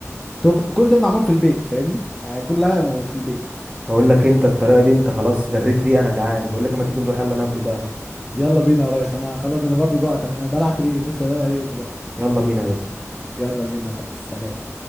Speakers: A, in the centre; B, on the right (about 20°).
A: طب كل ده معمول في البيت فاهمني يعني كلها في البيت
B: بقول لك انت الطريقه دي انت خلاص جريت ريقه انا جعان بقول لك اما تيجي نروح يلا ناكل بقى
A: يلا بينا يا ريس انا خلاص انا برضو جوعت انا بلعت ريقي لسه بلعت ريقي دلوقتي
B: يلا بينا يا باشا
A: يلا بينا يا ريس سلام